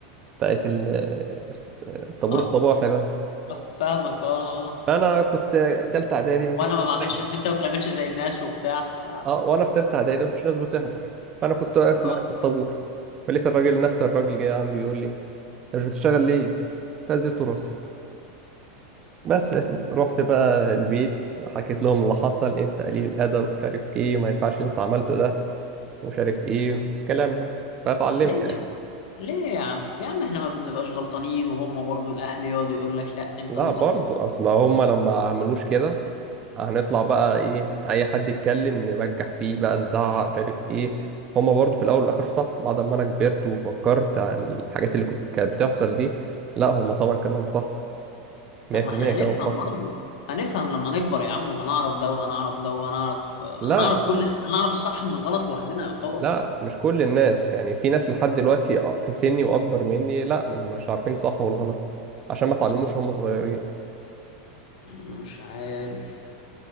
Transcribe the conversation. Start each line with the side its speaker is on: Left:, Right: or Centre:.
Right: بتاعت ال... الطابور
Left: اه
Right: الصباحي ده
Left: آه، فاهمك اه آه.
Right: أنا كنت تالتة إعدادي مفيش
Left: وانا
Right: ناس
Left: ما بعملش
Right: بتحضر
Left: انت ما بتعملش زي الناس وبتاع ف...
Right: أه وأنا في تالتة إعدادي مفيش ناس بتحضر فأنا كنت واقف
Left: اه
Right: لوحدي في الطابور فلقيت الراجل نفس الراجل جاي عندي بيقول لي أنت مش بتشتغل ليه؟ نزلت راسي بس يا سيدي رحت بقى البيت حكيت لهم اللي حصل انت قليل القدر ومش عارف ايه ما ينفعش اللي انت عملته ده ومش عارف ايه والكلام ده فاتعلمت
Left: ليه
Right: يعني
Left: ليه يا عم يا عم احنا ما بنبقاش غلطانين وهم برضو الاهل يقعدوا يقول لك لا انت
Right: لا
Left: اللي
Right: برضو
Left: غلطان
Right: اصل هما لما عملوش كده هنطلع بقى ايه اي حد يتكلم نبجح فيه بقى نزعق مش عارف ايه هما برضو في الاول والاخر صح بعد ما انا كبرت وفكرت على الحاجات اللي كنت كانت بتحصل دي لا هما طبعا كانوا هم صح 100%
Left: طب ما احنا هنفهم
Right: كانوا هم صح
Left: برضو هنفهم لما نكبر يا عم وهنعرف ده وهنعرف ده وهنعرف
Right: لا
Left: هنعرف كل هنعرف الصح من الغلط لوحدنا يعتبر
Right: لا مش كل الناس يعني في ناس لحد دلوقتي أ- في سني واكبر مني لا مش عارفين صح والغلط عشان ما اتعلموش وهم صغيرين
Left: مش عارف